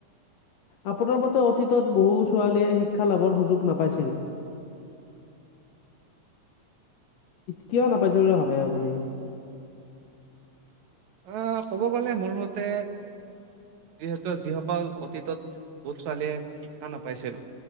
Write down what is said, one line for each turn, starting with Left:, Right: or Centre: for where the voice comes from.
Left: আপোনাৰ মতে অতীতত বহু ছোৱালীয়ে শিক্ষা লাভৰ সুযোগ নাপাইছিল। কিয় নাপাইছিল বুলি ভাবে আপুনি?
Right: অ', ক'ব গ'লে মোৰ মতে যিহেতু যিসকল অতীতত বহুত ছোৱালীয়ে শিক্ষা নাপাইছিল।